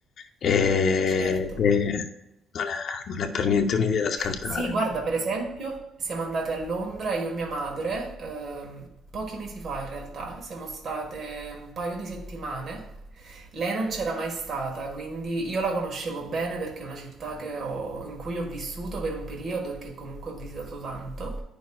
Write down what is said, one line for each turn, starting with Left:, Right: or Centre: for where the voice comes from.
Left: ehm,
Right: Certo.
Left: beh, non è non è per niente un'idea da scartare.
Right: Sì, guarda, per esempio, siamo andate a Londra, io e mia madre, ehm, pochi mesi fa in realtà, siamo state un paio di settimane. Lei non c'era mai stata, quindi io la conoscevo bene perché è una città che ho- in cui ho vissuto per un periodo e che comunque ho visitato tanto.